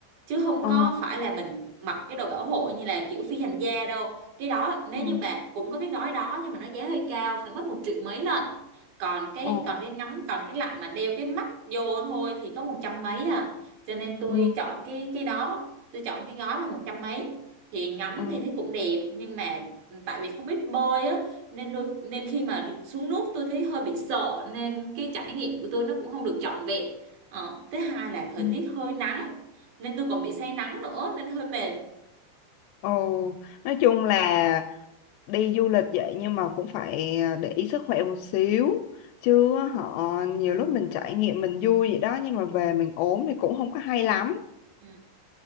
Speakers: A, on the right (about 60°); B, on the left (about 80°).
A: chứ không
B: Ờ.
A: có phải là mình mặc cái đồ bảo hộ như là kiểu phi hành gia đâu cái đó nếu
B: Ừ.
A: như bạn cũng có cái gói đó nhưng mà nó giá hơi cao phải mất một triệu mấy lần còn cái
B: Ờ.
A: còn cái ngắm còn cái lặn mà đeo cái mắt vô thôi thì có một trăm mấy à cho nên tôi
B: Ừ.
A: chọn cái cái đó tôi chọn cái gói mà một trăm mấy thì ngắm
B: Ừ.
A: thì thấy cũng đẹp nhưng mà ừ, tại vì không biết bơi á nên đôi nên khi mà xuống nước tôi thấy hơi bị sợ nên cái trải nghiệm của tôi nó cũng không được trọn vẹn ờ, thứ hai là thời
B: Ừ.
A: tiết hơi nắng nên tôi còn bị say nắng nữa nên hơi mệt
B: Ồ, nói chung là đi du lịch vậy nhưng mà cũng phải à, để ý sức khỏe một xíu chứ họ nhiều lúc mình trải nghiệm mình vui vậy đó nhưng mà về mình ốm thì cũng không có hay lắm
A: ừ.